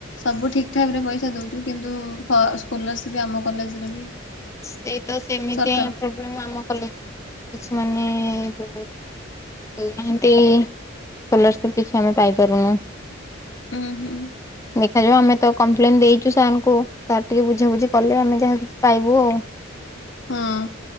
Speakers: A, on the left (about 65°); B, on the left (about 15°).
A: ସବୁ ଠିକ୍ ଠାକ ରେ ପଇସା ଦଉଛୁ କିନ୍ତୁ ସ୍କୁଲାର ସିପ ଆମ କଲେଜ ରେ ବି
B: ସେଇ ତ ସେମିତି
A: ସରକାର
B: ପ୍ରୋବେଲମ ଆମ କଲେ କିଛି ମାନେ ଦଉ ନାହାନ୍ତି ସ୍କୋଲାର୍ ସିପ କିଛି ଆମେ ପାଇପାରୁନୁ।
A: ହୁଁ ହୁଁ।
B: ଦେଖାଯାଉ ଆମେ ତ କମ୍ପ୍ଲେନ ଦେଇଛୁ ସାର୍ଙ୍କୁ ସାର୍ ଟିକେ ବୁଝାବୁଝି କଲେ ଆମେ ଯାହା କିଛି ପାଇବୁ ଆ
A: ହଁ